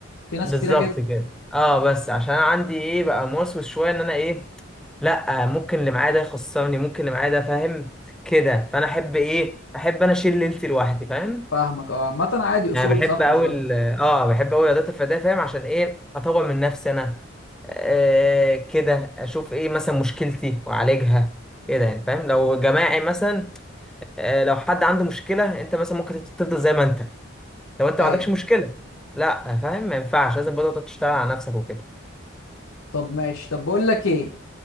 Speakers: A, on the left; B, in the centre.
A: في ناس
B: بالظبط
A: كتيره كده
B: كده اه بس عشان انا عندي ايه بقى موسوس شويه ان انا ايه لا ممكن اللي معايا ده يخسرني ممكن اللي معايا ده فاهم كده فانا احب ايه احب انا اشيل ليلتي لوحدي فاهم
A: فاهمك اه عامه عادي اصول
B: يعني بحب
A: صح
B: قوي
A: مش غلط
B: ال- اه بحب قوي رياضات الفرديه فاهم عشان ايه اطور من نفسي انا آه كده اشوف ايه مثلا مشكلتي واعالجها كده يعني فاهم لو جماعي مثلا آه لو حد عنده مشكله انت مثلا ممكن تفضل زي ما انت لو انت
A: ايوه
B: ما عندكش مشكله لا فاهم ما ينفعش لازم برضه تقعد تشتغل على نفسك وكده
A: طب ماشي طب بقول لك ايه